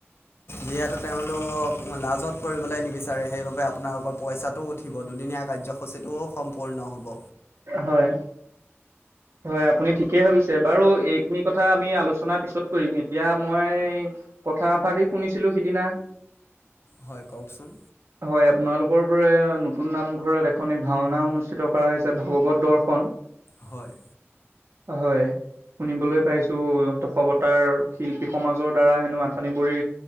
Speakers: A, on the left; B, on the right.
A: যিহেতু তেওঁলোকক লাজত কৰিবলৈ নিবিচাৰে সেইবাবে আপোনালোকৰ পইচাটো উঠিব দুদিনীয়া কাৰ্যসূচীটোও সম্পূৰ্ণ হ'ব।
B: হয়। হয় আপুনি ঠিকেই ভাবিছে বাৰু এইখিনি কথা আমি আলোচনাৰ পিছত কৰিম এতিয়া মই‌ কথা ভাগি শুনিছিলো সিদিনা
A: হয় কওকচোন
B: হয় আপোনালোকৰ পৰা নতুন নামঘৰত এখনি ভাওনা অনুষ্ঠিত কৰা হৈছে ভাগৱত দৰ্শন।
A: হয়।
B: হয়। শুনিবলৈ পাইছো দশৱতাৰ শিল্পী সমাজৰ দ্বাৰা হেনো আঠানীিবৰি